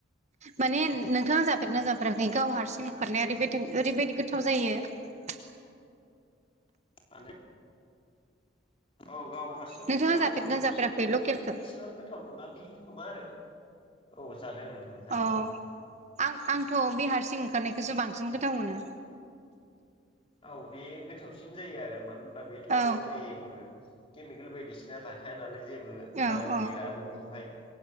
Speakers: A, on the right; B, on the left.
A: माने नोंथाङा जाफेरना जाफेराखै गाव हारसिं खारनाया ओरैबाय ओरैबायदि गोथाव जायो जायो
B: <inaudible> माने औ गाव हारसिं ओंखारनाया
A: नोंथाङा
B: बांसिन
A: जाफेरदोंना
B: गोथावसिन
A: जाफेराखै
B: होमबाबो
A: लकेलखौ
B: बेबो एसेबां गोथाव नङा बियो हमा आरो औ जादों नोंथां जादों
A: अ आं आंथ' बिहारसिं ओंखारनायखौसो बांसिन गोथाव मोनो
B: औ बे गोथावसिन जायो आरो मानो होनबा बेथ' आरो
A: औ
B: जेबो केमिकेल बायदिसिना थाखाय नालाय जेबो
A: औ
B: नांदेराबो
A: औ
B: बेवहाय